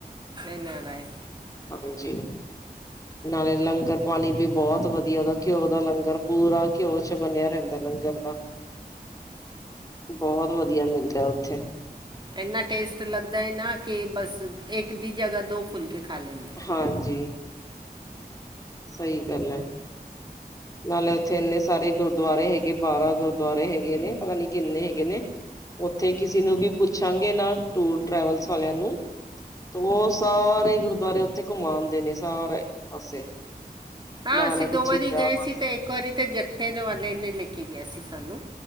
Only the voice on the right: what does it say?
ਐਨ ਆਰ ਆਏ।
ਐਨਾ ਟੇਸਟ ਲਗਦਾ ਐ ਨਾਂ ਕੋ ਬਸ ਇੱਕ ਦੀ ਜਗ੍ਹਾ ਦੋ ਫੁਲਕੇ ਖਾ ਲੈਂਣ।
ਹਾਂ
ਅਸੀਂ ਦੋ
ਵਾਰੀ ਗਏ
ਸੀ ਤੇ ਇੱਕ ਵਾਰੀ ਤਾਂ ਜੱਥੇ ਵਾਲੇ ਨੇ ਲੈ ਕੇ ਗਿਆ ਸੀ ਸਾਨੂੰ।